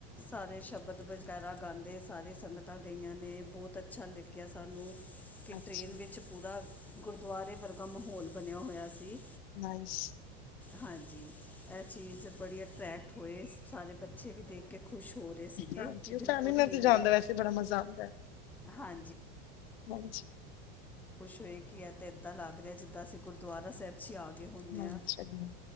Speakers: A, in the centre; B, on the left.
A: ਸਾਰੇ ਸ਼ਬਦ ਵਗੈਰਾ ਗਾਂਦੇ ਸਾਰੇ ਸੰਗਤਾਂ ਗਈਆਂ ਨੇ, ਬੋਤ ਅੱਛਾ ਲਗਿਆ ਸਾਨੂੰ। ਕਿ
B: ਅੱਛਾ
A: ਟ੍ਰੇਨ ਵਿੱਚ ਪੂਰਾ ਗੁਰਦੁਆਰੇ ਵਰਗਾ ਮਾਹੌਲ ਬਨਿਆ ਹੋਏਆ ਸੀ।
B: ਨਾਈਸ।
A: ਹਾਂਜੀ, ਐ ਚੀਜ ਬੜੀ ਅਟਰੈਕਟ ਹੋਏ ਸਾਰੇ ਬੱਚੇ ਵੀ ਦੇਖ ਕੇ ਖੁਸ਼ ਹੋ ਰੇ ਸੀਗੇ
B: ਹਾਂਜੀ
A: ਕਿ ਬਿਲਕੁਲ
B: ਫੈਮਿਲੀ ਨਾਲ
A: ਹੀ
B: ਤੇ
A: ਇਨਾਂ
B: ਜਾਣ
A: ਨੇ,
B: ਦਾ ਵੈਸੇ ਬੜਾ ਮਜ਼ਾ ਆਉਂਦਾ ਹੈ।
A: ਹਾਂਜੀ।
B: ਹਾਂਜੀ।
A: ਖੁਸ਼ ਹੋਏ ਕਿ ਐ ਤੇ ਏਂਦਾੱ ਲੱਗ ਰੇਆ ਜਿੱਦਾ ਅਸੀ ਗੁਰਦੁਆਰਾ ਸ੍ਹੇਬ ਜੀ ਆ ਗਏ ਹੁੰਨੇ
B: ਹਾਂ
A: ਆਂ।
B: ਚਲੋ